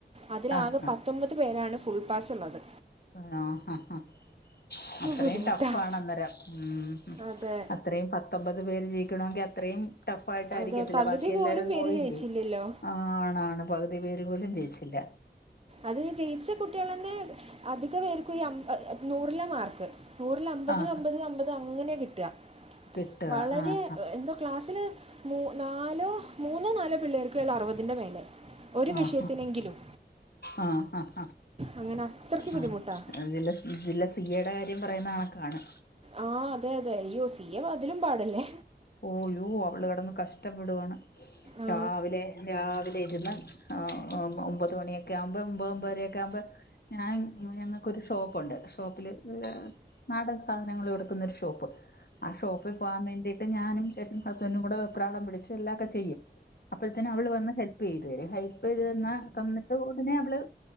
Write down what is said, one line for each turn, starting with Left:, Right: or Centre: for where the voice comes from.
Right: അതിലാകെ
Left: ആഹ് ഹാ
Right: പത്തൊമ്പത് പേരാണ് പാസുള്ളത്.
Left: ആഹ് ഹ ഹ അത്രയും
Right: ബുദ്ധിമുട്ടാണ്
Left: ടഫ് ആണ് അന്നേരം ഉംഹും
Right: അതെ
Left: അത്രയും പ ത്തൊമ്പത് പേര് ജയിക്കണമെങ്കി അത്രയും ടഫ് ആയിട്ടായിരിക്കത്തില്ല
Right: അതെ പകുതി
Left: ബാക്കി എല്ലാരും
Right: പോലും പേര്
Left: പോയില്ലേ.
Right: ജയിച്ചില്ലല്ലോ
Left: ആണാണ് പകുതി പേര് പോലും ജയിച്ചില്ല
Right: അത് ജയിച്ച കുട്ടിയേളന്നെ അധിക പേർക്കും ഒരമ്പ നൂറിലാ മാർക്ക്. നൂറില് അമ്പത്
Left: ആഹ്
Right: അമ്പത് അമ്പത് അങ്ങനെ കിട്ടാ.
Left: കിട്ടുക
Right: വളരെ
Left: ആഹ്
Right: എന്താ ക്ലാസ്സില് മു നാലോ മൂന്നോ നാലോ പിള്ളേർക്കൊള്ളു അറുപതിന്റെ മേലെ. ഒരു
Left: ആഹ്
Right: വിഷയത്തിനെങ്കിലും.
Left: ആഹ് ഹഹ
Right: അങ്ങനെ അത്രയ്ക്ക് ബുദ്ധിമുട്ടാണ്
Left: ആഹ് എങ്കിലും വിജില സി എയുടെ കാര്യം പറയുന്ന ആക്കാണ്
Right: ആഹ് അതെ അതെ യ്യോ സി എം അതിലും പാടല്ലേ
Left: ഓയോ അവള് കിടന്ന് കഷ്ടപ്പെടുുകാണ്
Right: ആ
Left: രാവിലെ രാവിലെ ഇരുന്ന് ആഹ് ഒമ്പത് മണിയൊക്കെ ആകുമ്പോ ഒൻമ്പ ഒമ്പതരയൊക്കെ ആവുമ്പം ഞാൻ ഞങ്ങൾക്കൊരു ഷോപ്പുണ്ട് ഷോപ്പില് നാടൻ സാധനങ്ങൾ എടുക്കുന്നൊരു ഷോപ്പ് ആ ഷോപ്പിൽ പോകാൻ വേണ്ടി ഞാനും ചേട്ടൻ ഹസ്ബൻഡും കൂടെ വെപ്രാളം പിടിച്ച് എല്ലാക്കെ ചെയ്യും അപ്പോഴുതേന് അവള് വന്ന് ഹെൽപ് ചെയ്തു തരും ഹെൽപ് ചെയ്ത് തന്ന തന്നിട്ട് ഉടനെ അവള്